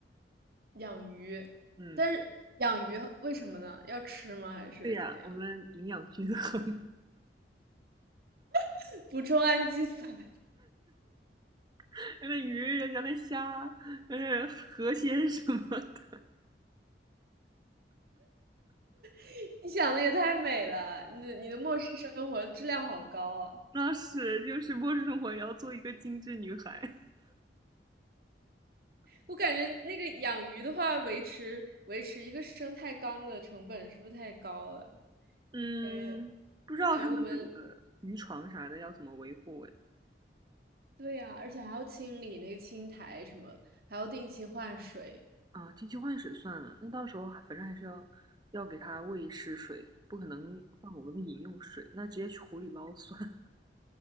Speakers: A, on the right (about 60°); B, on the right (about 25°).
A: 养鱼，
B: 嗯，
A: 但是养鱼为什么呢？要吃吗？还是怎样？
B: 对呀，我们营养均衡，
A: <laughs> 补充氨基酸。
B: <laughs> 那鱼、人家那虾、呃河鲜什么的，
A: <laughs> 你想的也太美了，你的你的末世生活质量好高啊！
B: 那是就是末日生活也要做一个精致女孩。
A: 我感觉那个养鱼的话，维持维持一个生态缸的成本是不是太高了？
B: 嗯，
A: 感觉
B: 不知道他们是
A: 感觉我们
B: 渔床啥的要怎么维护哎。
A: 对呀，而且还要清理那个青苔什么，还要定期换水。
B: 啊，定期换水算了，那到时候还反正还是要要给它喂食水，不可能放我们的饮用水，那直接去湖里捞算了。